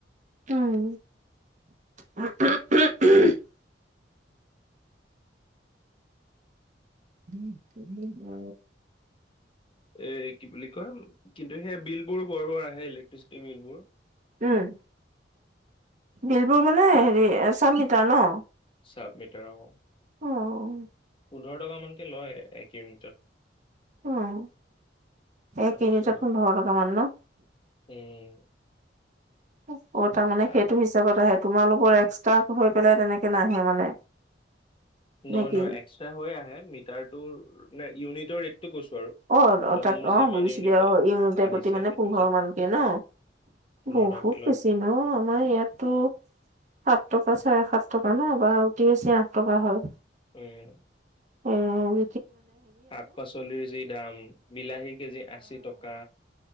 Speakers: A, on the right; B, on the left.
A: উম। <unintelligible> <unintelligible> উম আ
B: এ কি বুলি কয় কিন্তু সেই বিল বোৰ বৰ বৰ আহে ইলেক্ট্ৰিচিটি বিল বোৰ।
A: উম বিলবোৰ মানে হেৰি চাব মিটাৰ ন।
B: চাপ মিটাৰ অ।
A: উম
B: পোন্ধৰ টকা মানকে লয় এক ইউনিটত।
A: উম এক
B: তাৰপিছত
A: ইউনিটত পোন্ধৰ টকামান লয়।
B: উম
A: <inaudible> অ তাৰ মানে
B: আহ
A: সেইটো হিচাপত আহে। তোমালোকৰ এক্সট্ৰাক হৈ পেলাই তেনেকে নাহে মানে।
B: নহয়
A: নেকি?
B: নহয় এক্সট্ৰা হৈ আহে মিটাৰটো ন ইউনিটৰ কৈছো আৰু
A: অ
B: এতিয়া
A: তাক
B: মোৰ
A: অ
B: যিমান
A: বুজিছিলি
B: ইউনিট
A: আৰু ইউনিটৰ
B: আহিছে
A: প্ৰতি মানে
B: সেইটো
A: পোন্ধৰ
B: হিচাপ
A: মানকে ন
B: পোন্ধৰ
A: বহুত
B: টকাকে লয়
A: বেছি ন আমাৰ ইয়াতটো সাত টকা। চাৰে সাত টকা ন বা অতি বেছি আঠ টকা হয়।
B: উম
A: উম
B: শাক পাচলিৰ যি দাম বিলাহী কেজি আশী টকা